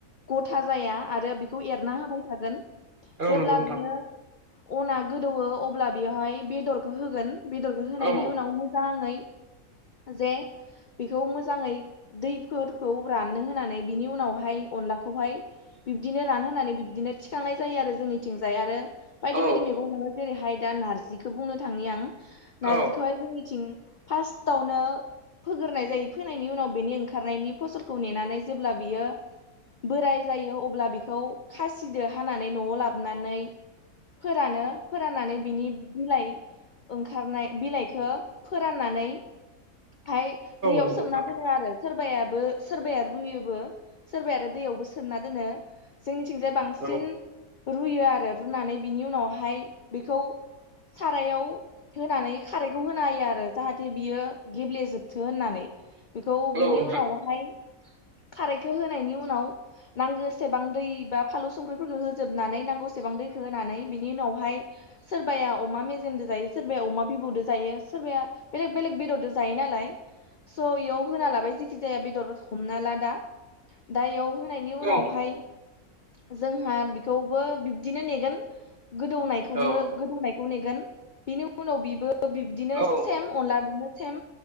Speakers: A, on the left; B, on the right.
A: गथा जाया आरो बेखौ एरना होबाय थागोन जेब्ला
B: नंगौ नोंथां
A: बियो अना गोदौवो अब्ला बेवहाय बेदरखौ होगोन बेदरखौ होनायनि
B: औ
A: उनाव मोजाङै जे बेखौ मोजाङै दैफोरखौ राननो होनानै बिनि उनावहाय अनलाखौहाय बिब्दिनो रान होनानै बिबदिनो थिखांनाय जायो आरो जोंनिथिंजाय आरो बायदि
B: औ
A: बायदि मैगं नङो जेरैहाय दा नारजिखौ बुंनो थांनि आं नार्जिखौहाय
B: औ
A: जोंनिथिं फार्स्टावनो फोगोरनाय जायो फोनायनि उनाव बेनि ओंखारनायनि फसलखौ नेनानै जेब्ला बियो बोराय जायो अब्ला बेखौ खासिदो खानानै न'आव लाबोनानै फोरानो फोराननानै बिनि बिलाइ ओंखारनाय बिलाइखो फोराननानै फाय दैयाव
B: नंगौ
A: सोमना
B: नोंथां
A: दोनो आरो सोरबाबो सोरबाया रुयोबो सोरबाया आरो दैयावबो सोमना दोनो जोंनिथिंजाय बांसिन बांसिन
B: औ
A: रुयो आरो रुनानै बिनि उनावहाय बेखौ सारायाव होनानै खारैखौ होनो हायो आरो जाहाथे बियो गेब्लेजोबथो होननानै बेखौ
B: औ
A: बिनि
B: नोंथां
A: उनावहाय खारायखौ होनायनि उनाव नांगोसेबां दै बा फाल संख्रिफोरखौ होजोबनानै नांगौसेबां दैखौ होनानै बिनि उनावहाय सोरबाया अमा मेजेमजों जायो सोरबाया अमा बिबौजों जायो सोरबाया बेलेग बेलेग बेदरजों जायो नालाय। स' एयाव होना लाबाय जेखि जाया बेदर हमना ला दा दा इयाव होनायनि उनावहाय
B: औ
A: जोंहा बेखौबो बिब्दिनो नेगोन गोदौनायखौनो
B: औ
A: गोदौनायखौ नेगोन। बेनि उनाव बिबो बिबदिनो
B: औ
A: सेम अनलाजोंनो सेम